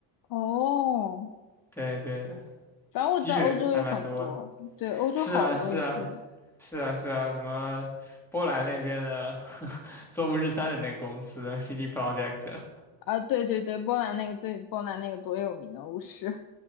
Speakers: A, on the left; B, in the centre.
A: 哦，
B: 对对，
A: 反正我知道欧洲有很多，
B: 机遇还蛮多的，
A: 对，欧洲好多游戏。
B: 是啊是啊是啊是啊，什么波兰那边的 <laughs> 做巫师三的那个公司 CD p r o j e c t
A: 啊，对对对，波兰那个最波兰那个多有名啊，巫师。